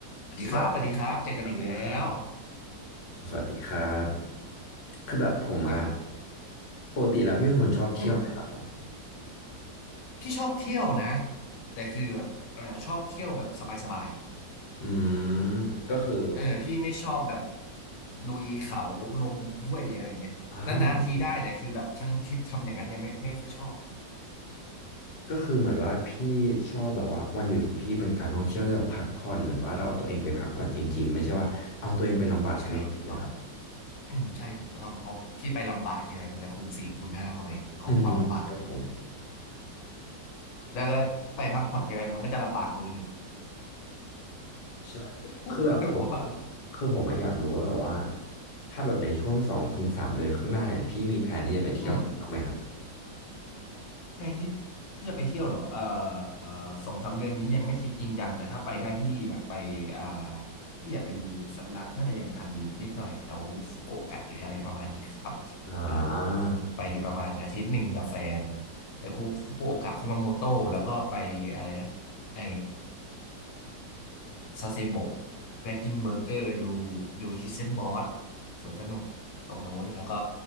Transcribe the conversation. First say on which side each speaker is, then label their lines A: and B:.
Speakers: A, on the left (about 75°); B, on the left (about 55°).
A: สวัสดีครับสวัสดีครับเจอกันอีกแล้ว
B: สวัสดีสวัสดีครับสวัสดีครับคือแบบผมอะ
A: อ่า
B: ปกติแล้วพี่เป็นคนชอบเที่ยวไหมครับผม
A: อืมพี่ชอบเที่ยวนะแต่คือแบบอ่าชอบเที่ยวแบบสบาย
B: อืมก็คือ
A: ๆเออพี่ไม่ชอบแบบลุยเขาลงห้วยอะไรอย่างเงี้ยนานๆทีได้แต่คือแบบทั้งทริปทำอย่างนั้นเนี่ยไม่ไม่ค่อยชอบ
B: อ้าวเหมือนก็คือเหมือนว่าพี่ชอบแบบว่าวันหยุดของพี่เป็นการท่องเที่ยวที่แบบพักผ่อนเหมือนว่าเราเอาตัวเองไปพักผ่อนจริงๆไม่ใช่ว่าเอาตัวเองไปลำบากอีกรอบนะครับ
A: ใช่ถูกต้องอืมใช่ถูกต้องเพราะพี่ไปลำบากทีไรมันจะคูณสี่คูณห้าเข้าไปของความลำบาก
B: อืมครับผม
A: แล้วก็ไปพักผ่อนทีไรมันก็จะลำบากเบอร์หนึ่ง
B: ใช่
A: <laughs>
B: คือแบบผม
A: ผมบอกว่าอันนี้
B: คือผมอะอยากรู้ว่าแบบว่าถ้าแบบในช่วงสองถึงสามเดือนข้างหน้าเนี่ยพี่มีแผนที่จะไปเที่ยวไหนบ้างไหมครับ
A: อืม แทนที่ที่จะไปเที่ยวเหรอเอ่อเอ่อสองสามเดือนนี้ยังไม่คิดจริงจังแต่ถ้าไปได้พี่อยากไปอ่าพี่อยากไปดูสักุระน่าจะยังทันอยู่นิดหน่อยแถวฟุกุโอกะหรืออะไรประมาณนี้ครับ
B: อ่า
A: อ่าไปประมาณอาทิตย์หนึ่งกับแฟนไปฟุกุโอกะคุมาโมโตะแล้วก็ไปอะไรนะไอ ซาเซโบะแบ็กกินเบอร์เกอร์ดูดูฮิสเซนบอสสวนสนุกตรงโน้นแล้วก็